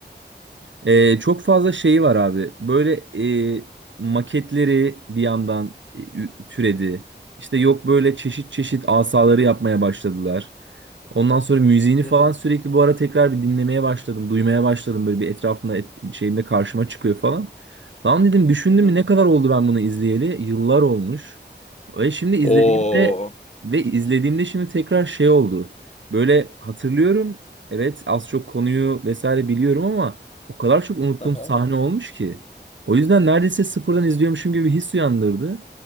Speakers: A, on the right; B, on the left.
A: Ee, çok fazla şeyi var abi. Böyle e, maketleri bir yandan e, ü- türedi. İşte yok böyle çeşit çeşit asaları yapmaya başladılar. Ondan sonra müziğini falan
B: Hı hı.
A: sürekli bu ara tekrar bir dinlemeye başladım, duymaya başladım. Böyle bir etrafında et- şeyimde karşıma çıkıyor falan. Lan dedim düşündüm
B: hı.
A: mü ne kadar oldu ben bunu izleyeli? Yıllar olmuş. Ve şimdi izlediğimde
B: Oo.
A: ve izlediğimde şimdi tekrar şey oldu. Böyle hatırlıyorum. Evet az çok konuyu vesaire biliyorum ama o kadar çok unuttuğum
B: Aha.
A: sahne olmuş ki. O yüzden neredeyse sıfırdan izliyormuşum gibi bir his uyandırdı.